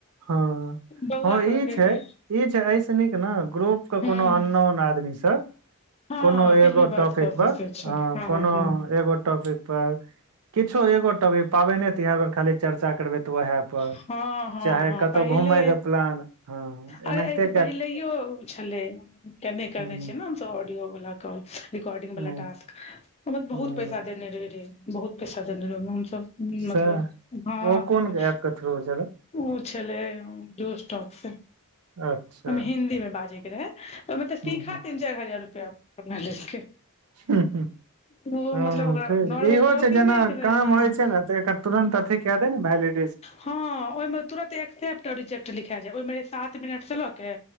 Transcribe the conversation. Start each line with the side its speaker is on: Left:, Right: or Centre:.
Right: हँ।
Left: बौआ
Right: हँ ई
Left: कहलकै
Right: छैय
Left: कि
Right: ई छैय ऐस नीक ने ग्रुप के
Left: हूँ
Right: कोनो अननोन आदमी स
Left: हँ
Right: कोनो
Left: किछु
Right: एगो
Left: भी बात
Right: टॉपिक
Left: कऽ
Right: पर
Left: सकै छै
Right: ह
Left: हँ
Right: कोनो
Left: हँ
Right: एगो टॉपिक पर किछो एगो टॉपिक पाबनि तिहार खाली चर्चा करबै तऽ उएह पर
Left: हँ हँ
Right: चाहे
Left: हँ
Right: कतहु
Left: पहिले
Right: घुमयके प्लान हँ
Left: अरे
Right: एनाहिते
Left: एहिसँ पहिलैयो
Right: क
Left: छलै केने करने
Right: ह
Left: छियै ने हमस ऑडियो वला कॉल रिकॉर्डिंग
Right: ह
Left: वाला टास्क। हम बहुत
Right: ह
Left: पैसा देने रहे रहे बहुत पैसा देने रहै ओहि हमस
Right: सएह
Left: मतलब हँ
Right: ओ कोन ऐप के थ्रू छलै
Left: ऊ छलै जोसटॉक से।
Right: अच्छा
Left: ओहिमे हिंन्दी मे बाजैके रहै ओहिमे तऽ
Right: ह
Left: सीखा
Right: ह
Left: तीन चारि हजार रुपआ अपना लेलकै।
Right: ह
Left: ओ
Right: हँ
Left: मतलब ओकरा
Right: ठीक
Left: नॉर्मल
Right: इहो
Left: टॉकिंगे
Right: छैय जेना
Left: के रहै
Right: काम
Left: हँ
Right: होइ छैय ने तऽ एकर तुरन्त अथी क देै ने भैइ
Left: हँ ओहिमे तुरन्त एक्सेप्ट आ रिजेप्ट लिखा जाय ओहिमे सात मिनटसँ लऽ के